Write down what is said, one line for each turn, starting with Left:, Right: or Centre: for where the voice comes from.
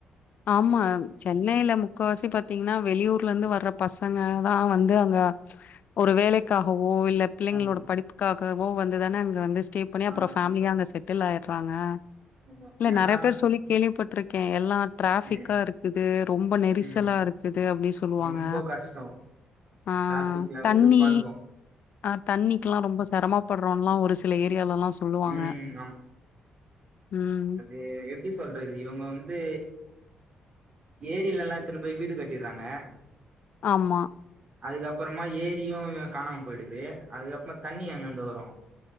Left: ஆமா சென் னையில முக்கவாசி பாத்தீங்கன்னா வெளியூர்லேருந்து வர்ற பசங்க தா வந்து அங்க ஒரு வேலைக்காகவோ இல்ல பிள்ளைங்களோட
Right: ஆமா
Left: படிப்புக்காகவோ வந்து தானே அங்க வந்து ஸ்டே பண்ணி அப்புற
Right: ஆ
Left: ஃபேமலியா அங்க செட்டில் ஆயிட்றாங்க
Right: ஆமா
Left: இல்ல
Right: ஏன்னா
Left: நெறைய பேர் சொல்லி கேள்விப்பட்டிருக்கே எல்லா டிராஃபிக்கா
Right: ம்
Left: இருக்குது ரொம்ப நெரிசலா
Right: ஆமா
Left: இருக்குது அப்டி சொல்லுவாங்க
Right: ரொம்ப கஷ்டோ
Left: ஆ
Right: டிராபிக்லா
Left: தண்ணி
Right: வெறுப்பா இருக்கு
Left: ஆ தண்ணிக்கெல்லா ரொம்ப செரமப்பட்றோல்லா ஒரு சில ஏரியாலல்லா சொல்லுவாங்க
Right: ம்
Left: ம்
Right: எ எப்டி சொல்றது இவுங்க வந்து ஏரிலல்லா எத்துன்னு போய் வீடு கட்டிர்றாங்க
Left: ஆமா
Right: அதுக்கப்புறமா ஏரியு காணாம போயிடுது அதுக்கப்புறமா தண்ணி எங்கேருந்து வரு